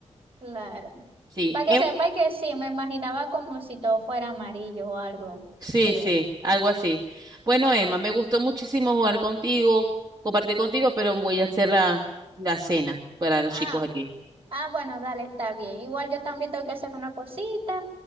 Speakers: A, on the right; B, on the right.
A: Claro.
B: Sí.
A: Para que sepáis que sí, me imaginaba como si todo fuera amarillo o algo.
B: Sí,
A: Sí.
B: sí, algo así. Bueno, Emma, me gustó muchísimo jugar contigo, compartir contigo, pero voy a hacer la, la cena para los
A: Ah.
B: chicos aquí.
A: Ah, bueno, dale, está bien. Igual yo también tengo que hacer una cosita,